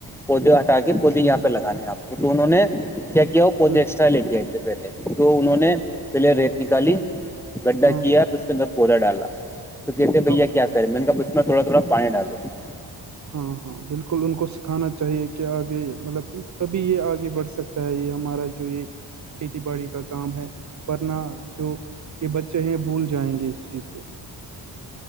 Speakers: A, in the centre; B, on the right.
A: پودے ہٹا کے پودے یہاں پہ لگانے آپ کو تو انہوں نے کیا کیا <unintelligible> ود
B: ہوں
A: ایکسٹرا لے کے آئے تھے پہلے تو انہوں نے پہلے ریت نکالی <unintelligible> گڈھا
B: ہاں
A: کیا پھر اس کے اندر پودا ڈالا تو کہتے بھیا
B: اب
A: کیا کریں میں نے کہ اس میں تھوڑا تھوڑا <unintelligible> پائن آلو <unintelligible>
B: ہاں ہاں بالکل ان کو سکھانا چاہیے کہ آگے مطلب تبھی یہ آگے بڑھ سکتا ہے یہ ہمارا جوئی کھیتی باڑی کا کام ہے ورنہ جو یہ بچے ہیں بھول جائیں گے اس چیز کو